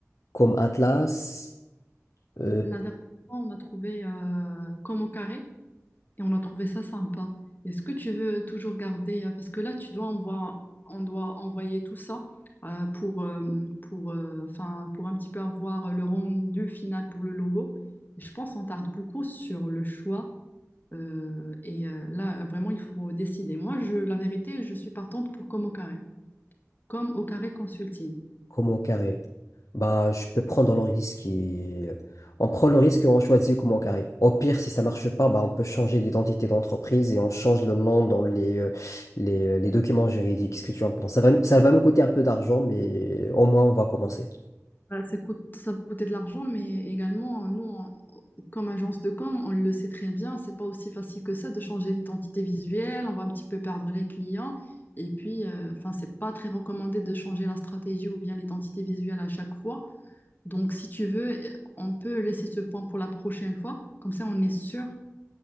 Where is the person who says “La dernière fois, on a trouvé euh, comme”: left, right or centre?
Left